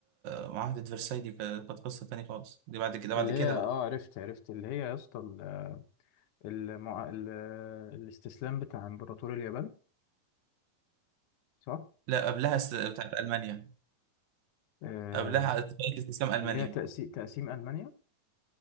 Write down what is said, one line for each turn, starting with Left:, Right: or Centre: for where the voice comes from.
Right: آه، معاهده فرساي دي كانت كانت قصه ثانيه خالص دي بعد كده بعد
Left: اللي
Right: كده
Left: هي
Right: بقى
Left: اه عرفت عرفت اللي هي يا اسطى ال- المع... ال... الاستسلام بتاع امبراطور اليابان صح
Right: لا قبلها است... بتاعت المانيا
Left: آه.
Right: قبلها اتفاقيه استسلام المانيا
Left: اللي هي تقسيم تقسيم ألمانيا